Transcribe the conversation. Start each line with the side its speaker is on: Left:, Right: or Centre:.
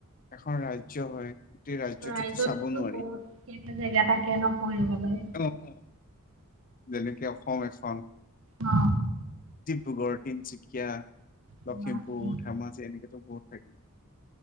Left: এখন ৰাজ্য হয়। গোটেই ৰাজ্যটোতো
Right: ৰাজ্যততো
Left: চাব নোৱাৰি
Right: বহুত খিনি জেগা থাকে ন' পঢ়িবলৈ?
Left: <unintelligible> যেনেকে অসম এখন
Right: অহ',
Left: ডিব্ৰুগড়, তিনচুকীয়া,
Right: গুৱাহাটী।
Left: লখিমপুৰ, ধেমাজি এনেকেতো বহুত থাকে।